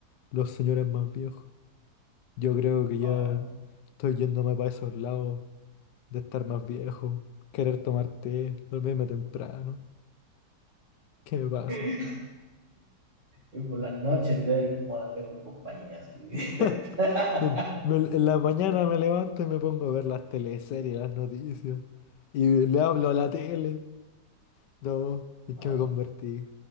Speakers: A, on the left; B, on the right.
A: los señores más viejos. Yo creo que ya
B: Ah,
A: estoy yéndome para esos lados de estar más viejo, querer tomar té, dormirme temprano. ¿Qué me pasa?
B: <laughs> Y por las noches ver Morandé con compañía, así. <laughs>
A: <laughs> Me- me- en la mañana me levanto y me pongo a ver las teleseries, las noticias. Y le hablo a la tele. No, es
B: Ah,
A: que me convertí.